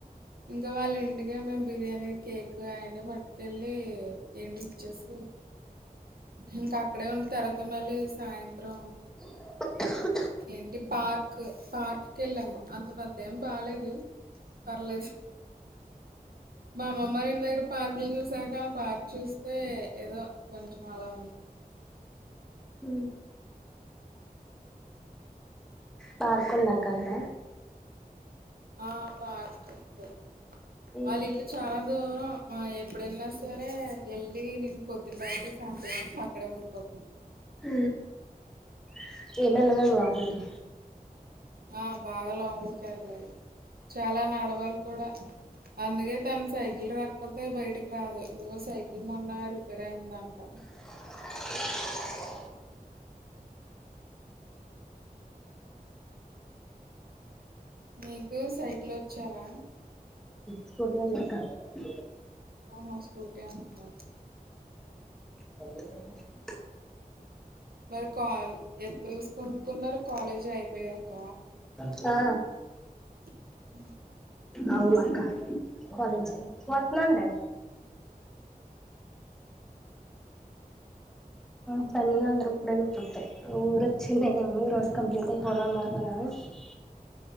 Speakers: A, on the right (about 85°); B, in the centre.
A: ఇంకా వాళ్ళింటికే మేము బిర్యానీ కేక్ అయన్ని పట్టుకెళ్ళి ఏండిచ్చేసి ఇంకా అక్కడే ఉండి తర్వాత మళ్ళీ సాయంత్రం
B: <unintelligible>
A: ఏంటి పార్క్ పార్క్ కెళ్ళాము అంత పెద్దేం బాలేేదు పర్లేదు మా అమ్మమ్మ ఇంటి దగ్గర పార్కులు చూసాక పార్క్ చూస్తే ఏదో కొం అలా ఉంది
B: ఊ పార్క్ ఉందక్క అడా
A: ఆ పార్క్ ఉంది
B: ఇ
A: వాళ్ళిల్లు చాలా దూరం ఆ ఎప్పుడు వెళ్ళిన సరే వెళ్ళి నేను పొద్దున ఎల్లి సాయంత్రం వస్త అక్కడే ఉండిపోతుంది
B: ఊ <unintelligible> లోపలికి
A: ఆ బాగా లోపలికే వెళ్లాలి చాలా నడవాలీ కూడా అందుకే తను సైకిల్ లేకపోతే బయటకి రాదు ఆ సైకిల్ మొన్న రిపేర్ అయిందంట
B: <inaudible>
A: మీకు సైకిల్ వచ్చారా
B: స్కూటి అయితే వచ్చు
A: ఆహ స్కూటీ అంత రాదు
B: కల్ అ
A: మరి కాల్ ఎప్పుడు చూసీ కొనుకున్నారు కాలేజీ అయిపోయాక
B: సా
A: హ
B: అవును అక్క కాలజ్ అయిపోయాక వాట్లుందే స్మెల్ అందరూ ఇప్పుడే గుర్తుతాయి ఊరు వచ్చిండేనేమో రోజు కంప్లీట్ అయిపోదాం అన్నారు కదా అని హ